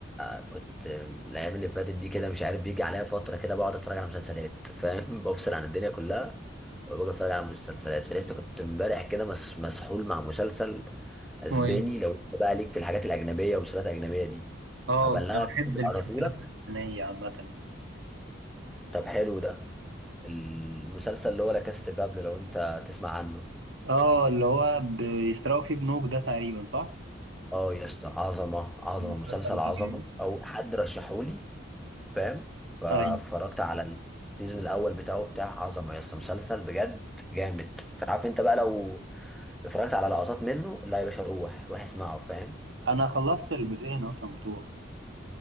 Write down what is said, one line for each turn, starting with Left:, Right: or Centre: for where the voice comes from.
Centre: كنت الايام اللي فاتت دي كده مش عارف بيجي عليا فتره كده بقعد اتفرج على مسلسلات فاهم <laughs> بفصل عن الدنيا كلها وبقعد اتفرج على مسلسلات فلسه كنت امبارح كده مس- مسحول مع مسلسل اسباني
Right: اسمه ايه
Centre: لو انت بقى ليك في الحاجات الاجنبيه والمسلسلات الاجنبيه دي
Right: اه
Centre: هبلغك
Right: انا بحب
Centre: منه
Right: المسلسلات
Centre: على لك
Right: الفلسطينية عامة يعني.
Centre: طب حلو ده المسلسل اللي هو لا كاست بابل لو انت تسمع عنه
Right: اه اللي هو بيسرقوا فيه بنوك ده تقريبا صح
Centre: اه يا اسطى عظمه عظمه
Right: المسلسل
Centre: مسلسل عظمه
Right: ده جامد
Centre: او حد رشحولي فاهم فاتفرجت
Right: ايوه
Centre: على السيزون الاول بتاعه بتاع عظمه يا اسطى مسلسل بجد جامد فعارف انت بقى لو اتفرجت على لقطات منه لا يا باشا روح روح اسمعه فاهم
Right: انا خلصت الجزئين اصلا بتوعه